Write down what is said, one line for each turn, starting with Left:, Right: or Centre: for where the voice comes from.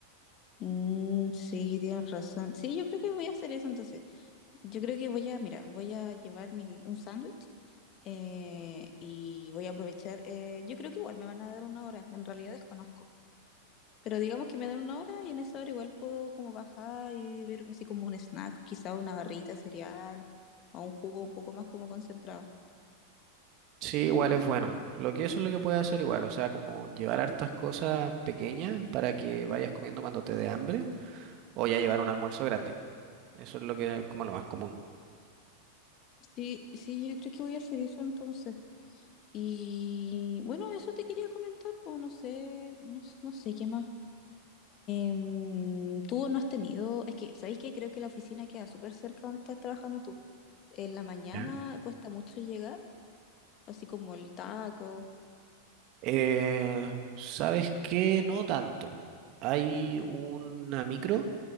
Left: Mm, sí, tienes razón. Sí, yo creo que voy a hacer eso entonces. Yo creo que voy a, mira, voy a llevar mi, un sándwich eh, y voy a aprovechar. eh, yo creo que igual me van a dar una hora, en realidad desconozco. Pero digamos que me dan una hora y en esa hora igual puedo como bajar y ver así como un snack, quizá una barrita de cereal o un jugo un poco más como concentrado.
Right: Sí, igual es bueno. Lo que eso es lo que puedes hacer igual, o sea, como llevar hartas cosas pequeñas para que vayas comiendo cuando te dé hambre, o ya llevar un almuerzo grande. Eso es lo que es como lo más común.
Left: Sí, sí, yo creo que voy a hacer eso entonces. Y bueno, eso te quería comentar, pues no sé, no, s- no sé qué más. Em, tú no has tenido, es que, ¿sabéis que Creo que la oficina queda súper cerca donde estás trabajando tú. En la mañana
Right: ¿Ya?
Left: cuesta mucho llegar, así como el taco.
Right: Eh, ¿sabes qué? No tanto. Hay una micro